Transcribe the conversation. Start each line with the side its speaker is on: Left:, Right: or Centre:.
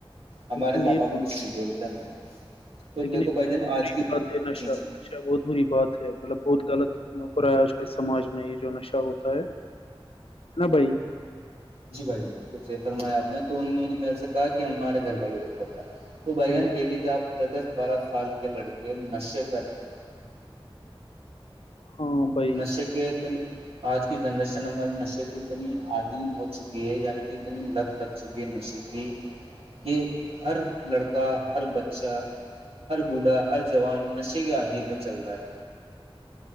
Right: ہمارے
Left: لیکن
Right: پاپا
Left: یہ
Right: بھی کچھ نہیں بولتے میں تو
Left: لیکن
Right: دیکھو
Left: یہ
Right: بھائی جان آج کی
Left: بھی بات ہے نشہ
Right: جی جی
Left: نشہ بہت بری بات ہے مطلب بہت غلط ہو رہا ہے آج کل سماج میں جو نشہ ہوتا ہے نہ بھائی <unintelligible>
Right: جی بھائی جان بالکل سیف فرمایا آپ نے تو انوں نے میرے سے کہا کہ ہمارے گھر والوں کو پتہ ہے تو بائی
Left: ہوں،
Right: جانس دیکھ لیجیے آپ دس دس بارہ سال کے لڑکے نشے کر رہے <unintelligible>
Left: ہاں بھائی
Right: نشے کےتنے <unintelligible> آج کی جنریشن ہمارے نشے کی اتنی عدیم ہو چکی ہے یعنی کہ اتنی لت لگ چکی کے نشے کی کہ ہر لڑکا ہر بچہ ہر بوڑھا ہر جوان نشے کے عدھیین میں چل رہا ہے